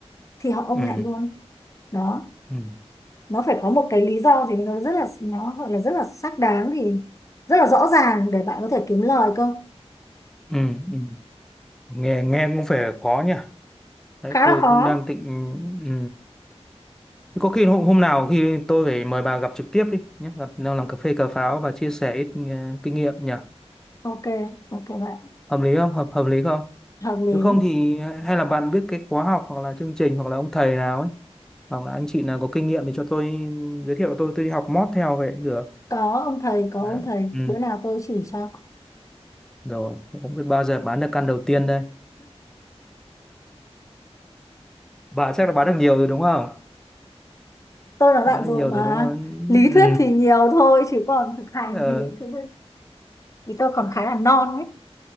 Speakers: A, on the left; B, in the centre.
A: thì họ ôm
B: ừ
A: lại luôn đó
B: ừ
A: nó phải có một cái lý do gì nó rất là nó gọi là rất là xác đáng thì rất là rõ ràng để bạn có thể kiếm lời cơ
B: ừ ừ. nghe nghe cũng phải khó nhỉ đấy
A: khá
B: tôi
A: là khó
B: cũng đang tịnh ừ. Thế có khi hôm, hôm nào khi tôi phải mời bà gặp trực tiếp đi nhé gặp nào làm cà phê cà pháo và chia sẻ ít ờ, kinh nghiệm nhỉ
A: ok ok bạn
B: hợp lý không hợp hợp lý không
A: hợp lý
B: nếu không thì hay là bạn biết cái khóa học hoặc là chương trình hoặc là ông thầy nào ấy hoặc là anh chị nào có kinh nghiệm thì cho tôi ừ, giới thiệu tôi tôi đi học mót theo vậy cũng được
A: có ông thầy có ông
B: Đấy.
A: thầy
B: Ừ.
A: bữa nào tôi chỉ cho
B: Rồi, không biết bao giờ bán được căn đầu tiên đây. Bà chắc là bán được nhiều rồi đúng không?
A: tôi là
B: Bán
A: bạn
B: được
A: rồi
B: nhiều
A: mà
B: rồi đúng không?
A: lý
B: Ừ.
A: thuyết thì nhiều thôi chứ còn thực hành
B: Ờ,
A: thì thực thì tôi còn khá là non đấy